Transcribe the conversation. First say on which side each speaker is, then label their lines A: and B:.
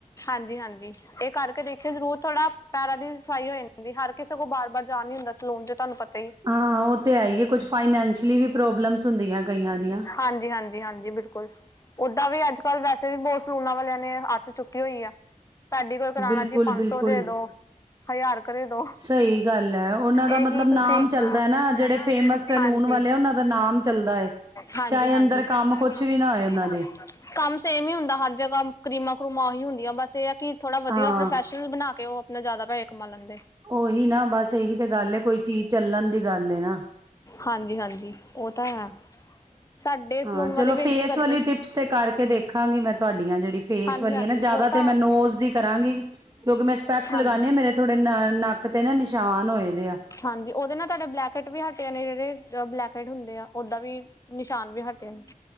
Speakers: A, on the left; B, on the right.
A: ਹਾਂਜੀ। ਹਾਂਜੀ। ਇਹ ਕਰਕੇ ਦੇਖਿਓ ਜ਼ਰੂਰ ਥੋੜਾ ਪੈਰਾਂ ਦੀ ਸਫ਼ਾਈ ਹੋ ਜਾਂਦੀ ਹਰ ਕਿਸੇ ਕੋਲ ਬਾਰ-ਬਾਰ ਜਾਣ ਨੀ ਹੁੰਦਾ ਸੀ। ਲੋਂ ਜਾ ਤੈਨੂੰ ਪਤਾ ਹੀ।
B: ਹਾਂ ਉਹ ਤੇ ਹੈ ਈ ਏ ਕੁਛ ਫਾਈਨੈਂਸ਼ਲੀ ਵੀ ਪ੍ਰੋਬਲਮਸ ਹੁੰਦੀਆਂ ਕਈਆਂ ਦੀਆਂ।
A: ਹਾਂਜੀ ਹਾਂਜੀ ਹਾਂਜੀ ਬਿਲਕੁਲ ਓਦਾਂ ਵੀ ਅੱਜ ਕੱਲ੍ਹ ਵੈਸੇ ਵੀ ਬਹੁਤ ਸਲੂਨਾ ਵਾਲਿਆਂ ਨੇ ਹੱਥ ਚੁੱਕੀ ਹੋਈ ਆ। ਤੁਹਾਡੀ ਕੋਲ ਕਰਾਣਾ
B: ਬਿਲਕੁਲ-ਬਿਲਕੁਲ।
A: ਜੀ ਪੰਜ ਸੌ ਦੇ ਦੋ ਹਜ਼ਾਰ ਕਰ ਦੇ ਦੋ।
B: ਸਹੀ ਗੱਲ ਐ ਉਹਨਾਂ ਦਾ
A: ਇਹੀ
B: ਮਤਲਬ
A: ਤੁਸੀਂ
B: ਨਾਮ ਚੱਲਦਾ
A: ਹਾਂਜੀ।
B: ਹੈ ਨਾ ਜਿਹੜੇ ਫੇਮਸ ਸੈਲੂਨ ਵਾਲੇ ਆ ਉਹਨਾਂ ਦਾ ਨਾਮ ਚੱਲਦਾ ਏ।
A: ਹਾਂਜੀ।
B: ਚਾਹੇ
A: ਹਾਂਜੀ।
B: ਅੰਦਰ
A: ਚ ਅਦਰ ਕੰਮ
B: ਨਾ
A: ਕੁਛ
B: ਹੋਏ
A: ਵੀ
B: ਉਹਨਾਂ
A: ਨਾ।
B: ਦੇ,
A: ਕੰਮ ਸੇਮ ਹੀ ਹੁੰਦਾ ਹਰ ਜਗ੍ਹਾ ਕਰੀਮਾਂ ਕਰੂਮਾਂ ਉਹੀ ਹੁੰਦੀਆਂ ਬਸ ਇਹ ਆ ਕਿ ਥੋੜਾ ਵਧੀਆ
B: ਹਾਂ।
A: ਪ੍ਰੋੈਸ਼ਨ ਬਿਲ ਬਣਾ ਕੇ ਉਹ ਆਪਣਾ ਜ਼ਿਆਦਾ ਪੈਸੇ ਕਮਾ ਲੈਂਦੇ।
B: ਉਹੀ ਨਾ ਬਸ ਇਹੀ ਤੇ ਗੱਲ ਕੋਈ ਚੀਜ਼ ਚੱਲਣ ਦੀ ਗੱਲ ਏਨਾ।
A: ਹਾਂਜੀ-ਹਾਂਜੀ, ਉਹ ਤਾਂ ਹੈ। ਸਾਡੇ ਸਲੂਨ
B: ਹਾਂ,
A: ਵਾਲੇ
B: ਚਲੋ
A: ਵੀ
B: ਫੇਸ
A: ਏਦਾਂ ਹੀ ਕਰਦੇ।
B: ਵਾਲੀ ਟਿਪਸ ਤੇ ਕਰਕੇ ਦੇਖਾਂਗੀ ਮੈਂ ਤੁਹਾਡੀਆਂ ਜਿਹੜੀ ਫੇਸ
A: ਹਾਂਜੀ
B: ਵਾਲੀਆਂ
A: ਹਾਂਜੀ
B: ਨਾ ਜਿਆਦਾ
A: ਉਹ ਤਾਂ
B: ਤੇ ਮੈਂ ਨੋਜ਼ ਦੀ ਕਰਾਂਗੀ। ਕਿਉਂਕਿ ਮੈਂ ਸਪੈਕਸ
A: ਹਾਂਜੀ।
B: ਲਗਾਉਦੀ ਹਾਂ, ਮੇਰੇ ਥੋੜੇ ਨੱਕ ਤੇ ਨਾ ਨਿਸ਼ਾਨ ਹੋਏ ਦਿਆ।
A: ਹਾਂਜੀ, ਉਹਦੇ ਨਾਲ ਤੁਹਾਡੇ ਬਲੈਕੇਟ ਵੀ ਹਟਿਆ ਨੇ ਜਿਹੜੇ ਬਲੈਕਟ ਹੁੰਦੇ ਆ ਓਦਾਂ ਵੀ ਨਿਸ਼ਾਨ ਵੀ ਹਟੇਯਾਂ।